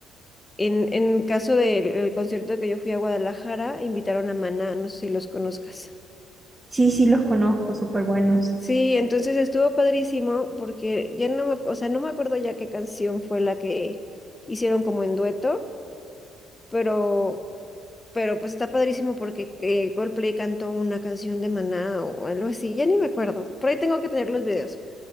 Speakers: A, on the left; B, on the right.
A: En, en caso del el concierto que yo fui a Guadalajara, invitaron a Maná, no sé si los conozcas.
B: sí, sí los conozco, súper buenos.
A: Sí, entonces estuvo padrísimo porque ya no me, ac- o sea, no me acuerdo ya qué canción fue la que hicieron como en dueto, pero Pero pues está padrísimo porque eh, Coldplay cantó una canción de Maná o algo así, ya ni me acuerdo. Por ahí tengo que tener los videos,